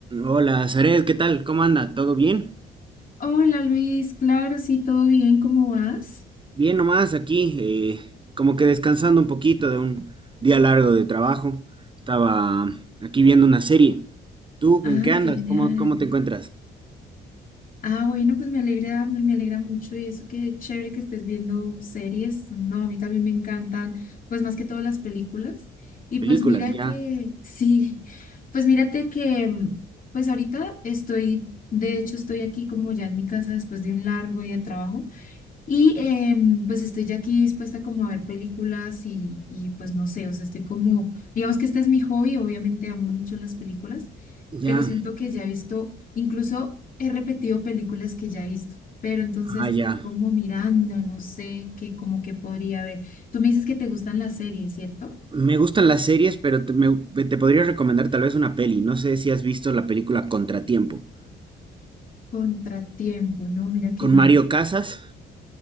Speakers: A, on the right (about 25°); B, on the left (about 45°).
A: Hola, Zaret, ¿qué tal? ¿Cómo anda? ¿Todo bien?
B: Hola Luis, claro, sí, todo bien, ¿cómo vas?
A: Bien nomás aquí, eh, como que descansando un poquito de un día largo de trabajo. Estaba aquí viendo una serie. ¿Tú
B: Ah,
A: en qué andas?
B: qué genial.
A: ¿Cómo, cómo te encuentras?
B: Ah, bueno, pues me alegra, me, me alegra mucho y eso que chévere que estés viendo series. No, a mí también me encantan, pues más que todo las películas. Y pues
A: Películas,
B: mira
A: ya,
B: que, <laughs> sí, pues mírate que, mm, pues ahorita estoy, de hecho estoy aquí como ya en mi casa después de un largo día de trabajo Y em, pues estoy ya aquí dispuesta como a ver películas y, y pues no sé, o sea, estoy como, digamos que este es mi hobby, obviamente amo mucho las películas, pero
A: ya,
B: siento que ya he visto, incluso he repetido películas que ya he visto, pero entonces
A: ah,
B: estoy
A: ya.
B: como mirando, no sé, qué como que podría ver. Tú me dices que te gustan las series, ¿cierto?
A: Me gustan las series, pero te, me- te podría recomendar tal vez una peli. No sé si has visto la película Contratiempo.
B: Contratiempo, no, mira que
A: Con
B: no.
A: Mario Casas.